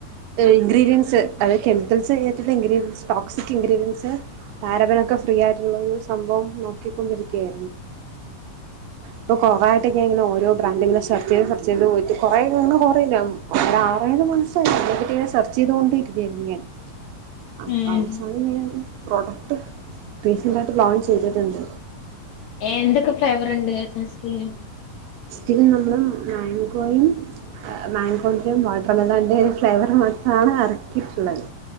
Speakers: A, on the right (about 85°); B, on the left (about 75°).
A: ഇൻഗ്രീഡിയൻസ് അതത് കെമിക്കൽസ്ട്ടുള്ള ഇൻഗ്രീഡിയൻസ് ടോക്സിക് ഇൻഗ്രീഡിയൻറ്സ് പാരപരാക് ഫ്രീ ആയിട്ടുള്ള ഒരു സംഭവം നോക്കിക്കൊണ്ടിരിക്കുക ഇപ്പ കോവ ങ്ങനെ ഓരോ ബ്രാൻഡ് ഇങ്ങനെ സെർ ചെയ്ത് സെർ ചെയ്ത് പോയിട്ട കുറേ കുറല്ല ആർ മാസായിട്ട് സെർച്ച് ചെയ്തുകൊണ്ടിരിക്കയായിരുന്നു ഞാൻ ആ അപ്പോ
B: ഉം ഏ,
A: അവസാനിന്ന് പ്രോഡക്റ്റ് റീ സെൻറ് ആയിട്ട് ലോൺ ചെയ്തിട്ടുണ്ട്
B: ഏന്തൊക്കെ ഫ്ലേവർ ഉണ്ട് സൺസ്ക്രീൻ
A: റ്റും നമ്മള് മാങ്കോയും മാങ്കോന്റെയും വാട്ടർമെലന്റെയും ഒരു ഫ്ലേവർ മാത്രമാണ് ഇറക്കിയിട്ടുള്ളത്